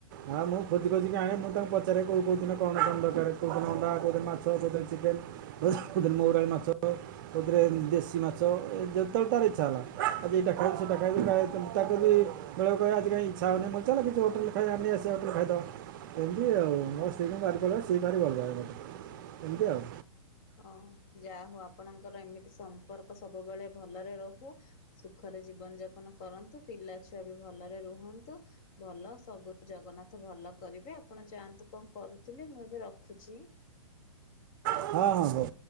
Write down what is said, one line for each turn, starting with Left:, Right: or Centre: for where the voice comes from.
Right: ହଁ ମୁଁ ଖୋଜି ଖୋଜିି ଆଣେ ମୁ ତାଙ୍କୁ ପଚାରେ କୋଉ କୋଉଦିନ କଣ କଣ ଦକାରେ? କୋଉଦିନ ଅଣ୍ଡା, କୋଉଦିନ ମାଛ, କୋଉଦିନ ଚିକେନ୍, କୋଉଦିନ ମଉରାଳି ମାଛ। କୋଉଥିରେ ଦେଶୀ ମାଛ ଯେତେବେଳେ ତାର ଇଚ୍ଛା ହେଲା ଆଜି ଏଇଟା ଖାଇମି ସେଇଟା ଖାଇମି ତାକୁ ବି ବେଳକୁ କଇବ ଆଜି କାଇଁ ହୋଉନି, ମୁଁ କଇମି ଚାଲ କିଛି ହୋଟଲ୍ ରୁ ଖାଇଆ ନେଇଆସିବା ହୋଟଲ୍ ରେ ଖାଇଦବା। ଏମ୍ତି ଆଉ ମୋ ସ୍ତ୍ରୀ କୁ ମୁଁ ଭାରି ଭଲପାଏ, ସିଏ ବି ଭାରି ଭଲ ପାଏ ମତେ ଏମ୍ତି ଆଉ।
Left: ଅଁ ଯାଆ ହୋଉ ଆପଣଙ୍କର ଏମିତି ସମ୍ପର୍କ ସବୁବେଳେ ଭଲରେ ରୋହୁ। ସୁଖରେ ଜୀବନ ଯାପନ କରନ୍ତୁ, ପିଲାଛୁଆ ବି ଭଲରେ ରୁହନ୍ତୁ। ଭଲ ସବୁ ଜଗନ୍ନାଥ ଭଲ କରିବେ ଆପଣ ଯାଆନ୍ତୁ କଣ କରୁଥିଲେ ମୁଁ ଏବେ ରଖୁଛି।
Right: ହଁ ହଁ ହୋଉ।